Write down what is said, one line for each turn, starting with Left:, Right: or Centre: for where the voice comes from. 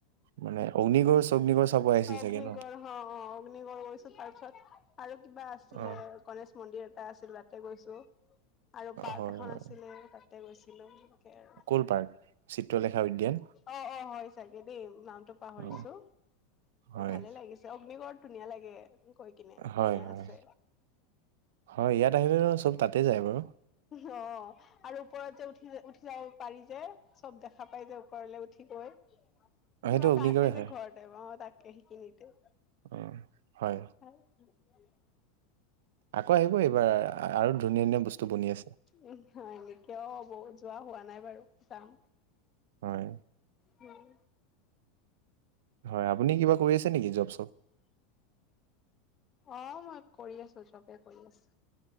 Right: মানে অগ্নিগড়, অগ্নিগড় চাব আহিছিল
Left: অগ্নিগড়
Right: চাগে ন।
Left: অ', অ', অগ্নিগড় গৈছো তাৰপিছত আৰু কিবা আছিলে।
Right: অ
Left: গনেশ মন্দিৰ এটা আছিল তাতে গৈছো আৰু পাৰ্ক
Right: হয়
Left: এখন
Right: হয়
Left: আছিলে তাতে গৈছিলো। আৰু
Right: ক'ল পাৰ্ক চিত্ৰলেখা উদ্যান
Left: অ', অ', হয় চাগে দেই নামটো পাহৰিছো।
Right: অ হয়
Left: ভালে লাগিছে, অগ্নিগড়ত ধুনীয়া লাগে কৈ কিনে
Right: হয়
Left: ধুনীয়া
Right: হয়
Left: আছে।
Right: হয় ইয়াত আহিলে নয় চব তাতেই যায় বাৰু।
Left: <unintelligible> অ'। আৰু ওপৰত যে উঠি, উঠি যাব পাৰি যে চব দেখা পাই যে ওপৰলৈ উঠি গৈ।
Right: <inaudible>
Left: কিবা এটা
Right: অগ্নিগড়ে
Left: আছে যে
Right: হয়
Left: ঘৰতে বা অ, তাকে শিকি নিয়
Right: অ, হয়।
Left: হ
Right: আকৌ আহিব এইবাৰ আৰু ধুনীয়া, ধুনীয়া বস্তু বনি আছে।
Left: উ, ন এনেকাও হ'ব যোৱা হোৱা নাই বাৰু যাম।
Right: হয়,
Left: হম।
Right: হয় আপুনি কিবা কৰি আছে নেকি জব, চব?
Left: অ, মই কৰি আছো, চবে কৰি আছো।